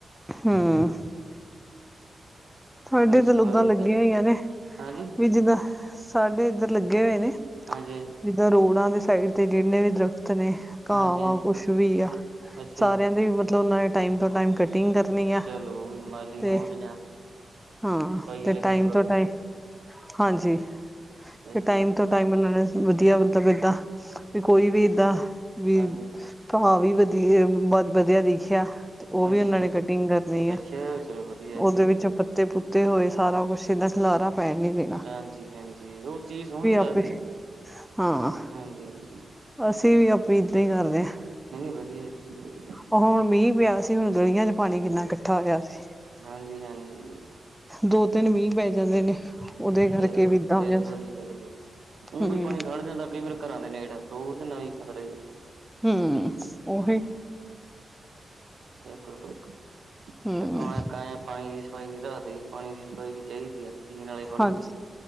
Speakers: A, in the centre; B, on the right.
A: ਹੂੰ ਸਾਡੇ
B: ਨਹੀਂ
A: ਤਾ ਇਧਰ
B: ਸਫਾਈ
A: ਲੋਗਾਂ ਲੱਗੀਆਂ
B: ਤਾਂ
A: ਹੋਈਆਂ ਨੇ
B: ਹਾਂਜੀ
A: ਵੀ ਜਿੱਦਾਂ, ਸਾਡੇ ਇੱਧਰ ਲੱਗੇ ਹੋਏ ਨੇ।
B: ਹਾਂਜੀ, ਹ
A: ਜਿੱਦਾਂ, ਰੋਡਾਂ ਦੇ ਸਾਈਡ ਤੇ ਜਿੰਨੇ ਵੀ ਦਰੱਖਤ ਨੇ ਘਾਹ-ਵਾ
B: ਹਾਂਜੀ
A: ਕੁਛ ਵੀ ਆ,
B: ਅੱਛਾ
A: ਸਾਰਿਆਂ
B: ਜੀ
A: ਦੇ ਮਤਲਬ ਉਹਨਾਂ ਨੇ ਟਾਈਮ ਤੋਂ ਟਾਈਮ ਕੱ ਕਟਿੰਗ ਕਰਨੀ ਆ,
B: ਚਲੋ ਵੀ ਮਾਲੀ
A: ਤੇ,
B: ਹੋਣਗੇ ਜਾਂ
A: ਹਾਂ
B: ਸਫਾਈ
A: ਤੇ
B: ਵਾਲੇ
A: ਟਾਈਮ
B: ਹੋਣੇ ਵੱਖਰੇ
A: ਤੋਂ ਟਾਈਮ ਹਾਂਜੀ,
B: ਅੱਛਾ
A: ਤੇ
B: ਜੀ
A: ਟਾਈਮ ਤੋ ਟਾਈਮ ਨਾਲ ਵਧੀਆ ਮਤਲਬ ਏਦਾਂ, ਵੀ ਕੋਈ ਵੀ ਏਦਾਂ ਵੀ
B: ਹਾਂਜੀ
A: ਘਾਅ ਵੀ ਵਧੀਆ ਬ, ਵਧਿਆ ਦਿਖਿਆ ਤੇ ਉਹ ਵੀ
B: ਅੱਛਾ
A: ਉਹਨਾਂ ਨੇ
B: ਜੀ
A: <unintelligible> ਆ
B: ਅੱਛਾ ਚਲੋ ਵਧੀਆ
A: ਉਹਦੇ
B: ਜੀ ਵਧੀਆ
A: ਵਿੱਚ। ਪੱਤੇ ਪੱਤੇ ਹੋਏ ਸਾਰਾ ਕੁੱਛ, ਇਹਦਾ ਖਿਲਾਰਾ ਪੈਣ ਨੀ ਦੇ।
B: ਹਾਂਜੀ, ਹਾਂਜੀ, ਉਹ ਚੀਜ਼ ਸੋਹਣੀ ਲੱਗਦੀ
A: ਆਪੇ
B: ਨਾ
A: ਹਾਂ
B: ਹਾਂਜੀ, ਹਾਂਜੀ।
A: ਅਸੀਂ, ਵੀ ਆਪੇ ਇੱਦਾਂ ਹੀ ਕਰਦੇ ਹਾਂ।
B: ਨਹੀਂ, ਨਹੀਂ ਵਧੀਆ ਜੀ। ਵਧੀਆਂ, ਵਧੀਆ।
A: ਉਹ ਹੁਣ ਮੀਂਹ ਪਿਆ ਸੀ, ਹੁਣ ਗਲੀਆਂ ਵਿਚ ਪਾਣੀ ਕਿੰਨਾ ਇਕੱਠਾ ਹੋਇਆ ਸੀ।
B: ਹਾਂਜੀ, ਹਾਂਜੀ।
A: ਦੋ, ਤਿੰਨ ਮੀਂਹ ਪੈ ਜਾਂਦੇ ਨੇ। ਉਹਦੇ ਕਰਕੇ
B: ਬਿਲਕੁਲ,
A: ਵੀ ਏਦਾਂ
B: ਬਿਲਕੁਲ
A: ਹੋ ਜਾਂਦਾ
B: ਹੀ ਬਿਲਕੁਲ ਊ
A: ਹਮ
B: ਵੀ ਪਾਣੀ ਖੜ ਜਾਂਦਾ। ਕਈ ਵਾਰ ਘਰਾਂ ਦੇ ਨੇੜ। ਫਿਰ ਉਹਦੇ ਨਾਲ ਵੀ ਖਤਰਾਂ ਆ। <unintelligible>
A: ਹੂੰ, ਓਹੀ।
B: ਬਿਲਕੁਲ, ਬਿਲਕੁਲ,
A: ਹਮ
B: ਇੱਕ ਆਏਆ ਪਾਣੀ ਦੀ ਸ <unintelligible> ਸਫਾਈ ਨਹੀਂ ਰੱਖਦੇ ਜੀ, ਪਾਣੀ ਦੀ ਸਫਾਈ ਵੀ ਚਾਹੀਦੀ ਹੈ। ਪੀਣ ਵਾਲੇ ਪਾਣੀ
A: ਹਾਂਜੀ
B: ਦੀ।